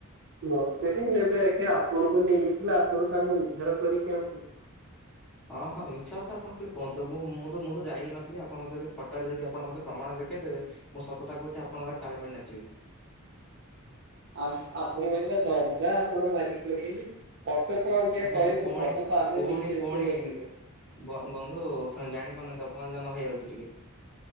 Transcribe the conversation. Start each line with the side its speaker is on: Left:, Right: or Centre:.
Right: ମତେ ବି ନେବେ ଆଜ୍ଞା ଆପଣଙ୍କୁ ନେଇଯାଇଥିଲା ଆପଣଙ୍କୁ ଆମେ ଉଦ୍ଧାର କରିକି ଆଣୁ
Centre: ହଁ ହଁ ମିଛ କଥା ଆପଣ ଖାଲି କୁହନ୍ତୁ ମୁଁ ମୁଁ ତ ଯାଇ ହିଁ ନଥିଲି ଆପଣ ମତେ ଯଦି ଫଟରେ ଯଦି ଆପଣ ମତେ ପ୍ରମାଣ ଦେଖେଇଦେବେ ମୁଁ ସତ କଥା କହୁଛି ଆପଙ୍କ ଆଗରେ ତାଳି ମାରି ନାଚିବି
Right: ଆପଣଙ୍କଟା ଦରକାର୍ ଆପଣ ମାରିକି <unintelligible> ଫୋଟ କଣ ଆଜ୍ଞା
Centre: ହେଁ
Right: କହିବୁ
Centre: ପୁଣି
Right: ଫଟୋ ତ ଆମେ
Centre: ପୁଣି
Right: ନିଜେ
Centre: ପୁଣି
Right: ଉଠେଇନଥିଲୁ
Centre: ବ ବନ୍ଧୁ ଜାଣି ପାରୁନାହାନ୍ତି ଅପମାନଜନକ ହେଇଯାଉଛି ଟିକେ